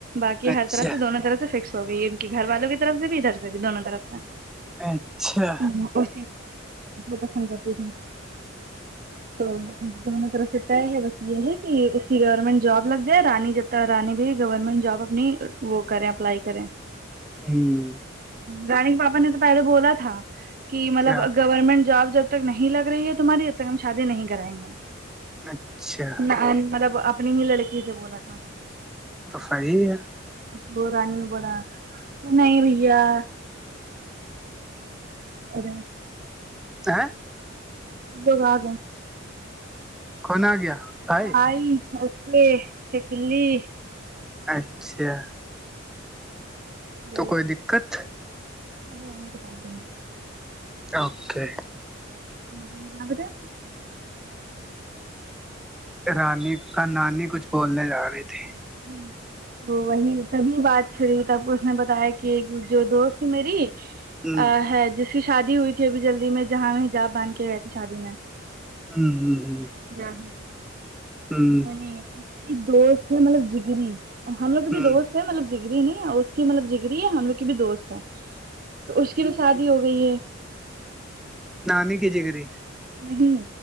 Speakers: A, on the right; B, in the centre.
A: باقی
B: اچھا
A: ہر طرح سے دونوں طرف سے فکس ہو گئی ہے ان کی گھر والوں کی طرف سے بھی ادھر سے بھی دونوں طرف سے
B: اچھا
A: اور پسند کرتی تھی تو دونوں طرف سے طے ہے بس یہ ہے کہ اس کی گورنمنٹ جاب لگ جائے رانی جب ت رانی بھی گورنمنٹ جاب نی وہ کریں اپلائی کریں
B: ہوں
A: رانی کے پاپا نے تو پہلے بولا تھا کہ مطلب
B: کیا
A: گورنمنٹ جاب جب ب تک نہیں لگ رہی ہے تمہاری اب تک ہم شادی نہیں کرائیں گے
B: اچھا
A: مطلب اپنی ہی لڑکی سے بولا تھا
B: تو صحیح ہے
A: ب رانی بول نہیں بیار اور
B: کہ
A: اگ آگا
B: کون آ گیا بھائی
A: آائی اسے شکلی
B: اچھا
A: ا
B: تو کوئی دقت
A: ارے اگ پپ
B: اوکے
A: ہ آاب تو
B: ہ رانی کا نانی کچھ بولنے جا رہی تھی
A: ہ وہ وہی تبھی بات چھڑی تب کو اس نے بتایا کہ ایک جو دوست تھی میری
B: ہ
A: ا ہے جس کی شادی ہوئی تھی ابھی جلدی میں جہاں میں حجاب باند کے گئے تھے شادی میں
B: ہوں ہوں ہ
A: جیا ہ
B: ہ ہ
A: وہ اس کی دوست ہے مطلب جگری اور ہم لوگ کا بھی
B: ہ
A: دوست مطلب جگری نہیں اس کی مطلب جگری ہے ہم لوگ کی بھی دوست ہے تو اس کی بھی ساتھ ہو گئی ہے
B: نہانے کی جگری
A: نہیں